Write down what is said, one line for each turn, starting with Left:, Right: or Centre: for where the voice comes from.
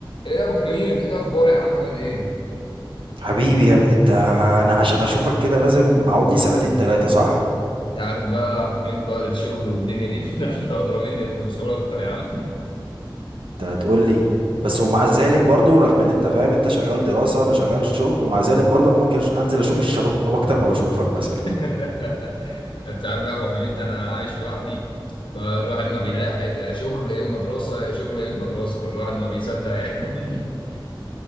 Left: ايه يا ابو حميد ايه الاخبار يا عم عامل ايه
Right: حبيبي يا ابني انت انا عشان اشوفك كده لازم اقعد لي سنتين تلاتة صح
Left: انت عارف بقى يا ابو حميد بقى الشغل والدنيا دي <laughs> ده انت ادرى مني ده انت مسؤول اكتر يا عم
Right: انت هتقول لي بس ومع ذلك برضو رغم ان انت فاهم انت شغال دراسة وانا شغال شغل ومع ذلك برضو انا ممكن أش- انزل اشوف الشباب اكتر ما بشوفك مثلا
Left: <laughs> انت عارف بقى يا ابو حميد انا عايش لوحدي فالواحد ما بيلاحق يا شغل يا اما دراسه يا شغل يا اما دراسه الواحد ما بيصدق يعني